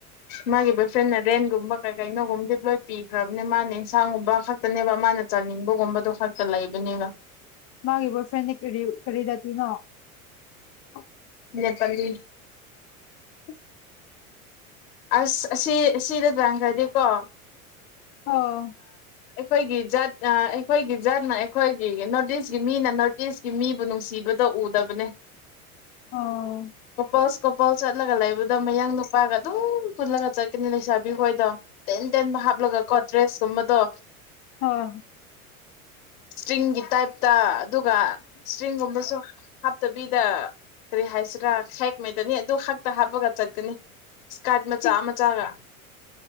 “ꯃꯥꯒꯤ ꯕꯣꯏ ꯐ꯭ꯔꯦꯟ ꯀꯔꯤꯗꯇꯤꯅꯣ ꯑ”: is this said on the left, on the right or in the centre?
Left